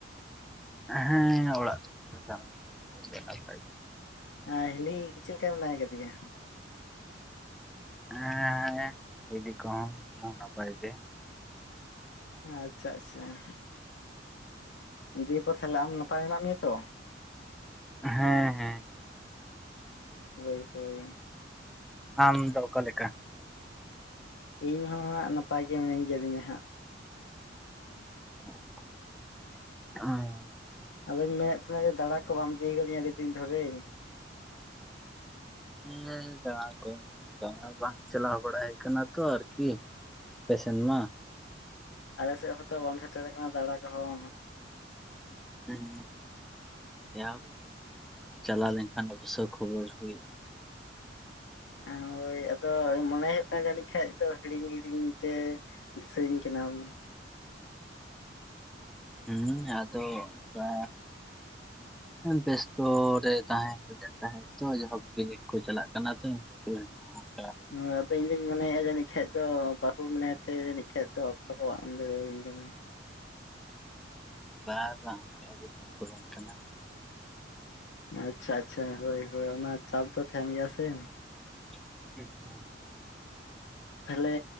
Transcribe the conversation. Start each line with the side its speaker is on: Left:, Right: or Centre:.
Centre: ᱦᱮᱸ ᱚᱲᱟᱜ ᱠᱚᱨᱮ ᱫᱚ ᱥᱟᱱᱟᱢ ᱠᱚ ᱜᱮ <unintelligible>
Left: ᱟᱨ ᱦᱤᱞᱤ ᱪᱮᱫ ᱞᱮᱠᱟ ᱢᱮᱱᱟᱭ ᱟᱫᱮᱭᱟ?
Centre: ᱦᱮᱸᱮᱸᱻ ᱦᱤᱞᱤ ᱠᱚᱸᱦᱚ ᱱᱟᱯᱟᱭ ᱜᱮ ᱾
Left: ᱟᱪᱪᱷᱟ ᱟᱪᱪᱷᱟ ᱾ ᱫᱤᱭᱮ ᱯᱚᱨ ᱛᱟᱦᱚᱞᱮ ᱟᱢ ᱱᱟᱯᱟᱭ ᱢᱮᱱᱟᱜ ᱢᱮᱭᱟ ᱛᱚ?
Centre: ᱦᱮᱸ ᱦᱮᱸ ᱾
Left: ᱦᱳᱭ ᱦᱳᱭ ᱾
Centre: ᱟᱢ ᱫᱚ ᱚᱠᱟ ᱞᱮᱠᱟ?
Left: ᱤᱧ ᱦᱚ ᱦᱟᱸᱜ ᱱᱟᱯᱟᱭ ᱜᱮ ᱢᱤᱱᱟᱹᱧ ᱠᱟᱹᱫᱤᱧᱟ ᱦᱟᱸᱜ ᱾
Centre: ᱚ <unintelligible>
Left: ᱟᱫᱚᱧ ᱢᱮᱱᱮᱫ ᱛᱟᱦᱮᱱᱟ ᱡᱮ ᱫᱟᱬᱟ ᱠᱚ ᱵᱟᱢ ᱤᱫᱤ ᱠᱟᱫᱤᱧᱟ ᱟᱹᱰᱤ ᱫᱤᱱ ᱫᱷᱚᱨᱮ ᱾
Centre: ᱦᱮᱸ ᱫᱟᱬᱟ ᱠᱚ ᱚᱱᱠᱟ ᱢᱟ ᱵᱟᱝ ᱪᱟᱞᱟᱣ ᱵᱟᱲᱟᱭ ᱠᱟᱱᱟ ᱛᱚ ᱟᱨᱠᱤ ᱾ ᱟᱯᱮ ᱥᱮᱱ ᱢᱟ ᱾
Left: ᱟᱞᱮ ᱥᱮᱫ ᱦᱚᱸᱛᱚ ᱵᱟᱢ ᱥᱮᱴᱮᱨ ᱟᱠᱟᱱᱟ ᱫᱟᱬᱟ ᱠᱚᱦᱚᱸ ᱾
Centre: ᱦᱮᱸ ᱡᱟ ᱦᱳᱠ ᱪᱟᱞᱟᱣ ᱞᱮᱱᱠᱷᱟᱱ ᱚᱵᱚᱥᱥᱳ ᱠᱷᱚᱵᱚᱨ ᱦᱩᱭᱩᱜᱼᱟ ᱾
Left: ᱦᱳᱭ ᱟᱫᱚ ᱢᱚᱱᱮ ᱦᱩᱭᱩᱜ ᱠᱟᱱ ᱡᱟᱹᱱᱤᱡ ᱠᱷᱟᱡ ᱫᱚ ᱦᱤᱲᱤᱧ ᱦᱤᱲᱤᱧ ᱛᱮ ᱫᱤᱥᱟᱹᱧ ᱠᱟᱱᱟᱢ ᱾
Centre: ᱦᱩᱸ ᱟᱫᱚ ᱚᱱᱠᱟ ᱵᱮᱥᱛᱚ ᱨᱮ ᱛᱟᱦᱮᱸ ᱦᱩᱭ ᱞᱮᱱ ᱛᱟᱦᱮᱸᱫ ᱛᱚ ᱤᱧᱟᱜ ᱦᱚ ᱵᱤᱱᱤᱰ ᱠᱚ ᱪᱟᱞᱟᱜ ᱠᱟᱱᱟ ᱛᱚ ᱾ <unintelligible>
Left: ᱦᱮᱸ ᱟᱫᱚ ᱤᱧᱫᱩᱧ ᱢᱚᱱᱮᱭᱮᱫ-ᱟ ᱡᱟᱹᱱᱤᱡ ᱠᱷᱟᱡ ᱫᱚ ᱵᱟᱹᱦᱩ ᱢᱮᱱᱟᱭᱛᱮ ᱡᱟᱹᱱᱤᱡ ᱠᱷᱟᱡ ᱫᱚ ᱚᱠᱛᱚ ᱠᱚ ᱵᱟᱢ ᱮᱢ ᱫᱟᱲᱮᱣᱟᱹᱧ ᱠᱟᱱᱟ ᱾
Centre: ᱵᱟ ᱵᱟᱝ ᱚᱱᱠᱟ ᱵᱮᱯᱟᱨ ᱫᱚ ᱵᱟᱝ ᱠᱟᱱᱟ ᱾
Left: ᱟᱪᱪᱷᱟ ᱟᱪᱪᱷᱟ ᱦᱳᱭ ᱦᱳᱭ ᱚᱱᱟ ᱪᱟᱯ ᱫᱚ ᱛᱟᱦᱮᱱ ᱜᱮᱭᱟ ᱥᱮ ᱾
Centre: <unintelligible>
Left: ᱛᱟᱦᱞᱮ